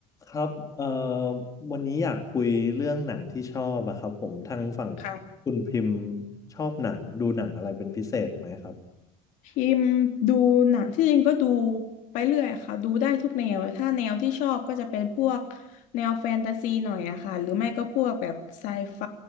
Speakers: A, on the left; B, on the left.
A: ครับเอ่อวันนี้อยากคุยเรื่องหนังที่ชอบอะครับผมทางฝั่งคุณพิมพ์
B: ค่ะ
A: ชอบหนังดูหนังอะไรเป็นพิเศษไหมครับ
B: พิมพ์ดูหนังที่จริงก็ดูไปเรื่อยค่ะดูได้ทุกแนวเลยถ้าแนวที่ชอบก็จะเป็นพวกแนวแฟนตาซีหน่อยอะค่ะหรือไม่ก็พวกแบบไซไฟ